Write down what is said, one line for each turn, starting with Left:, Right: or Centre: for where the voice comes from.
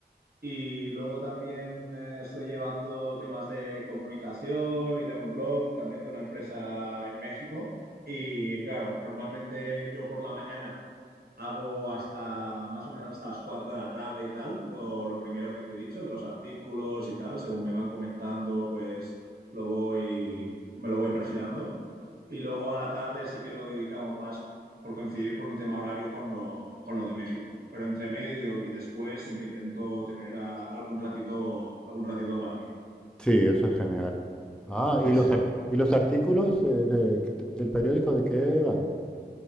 Right: Y luego también eh, estoy llevando temas de comunicación y de un blog también de una empresa en México. Y claro, normalmente yo por la mañana hago hasta más o menos hasta las 4 de la tarde y tal, lo, lo primero que te he dicho, de los artículos y tal, según me van comentando, pues lo voy, me lo voy perfilando. Y luego a la tarde sí que lo dedicamos más, por coincidir por un tema horario con lo, con lo de México. Pero entre medio y después siempre intento tener a- algún ratito, algún ratito para mí.
Centre: Sí, eso es genial. Ah,
Right: Sí,
Centre: ¿y los,
Right: sí.
Centre: art- y los artículos eh, de- de- del periódico de qué van?